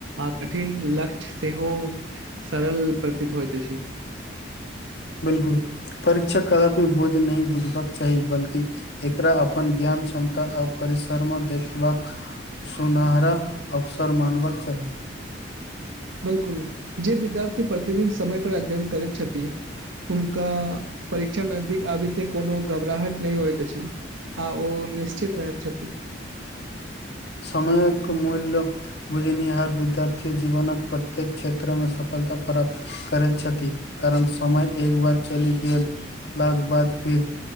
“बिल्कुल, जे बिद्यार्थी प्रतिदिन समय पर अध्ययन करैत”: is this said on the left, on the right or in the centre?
Right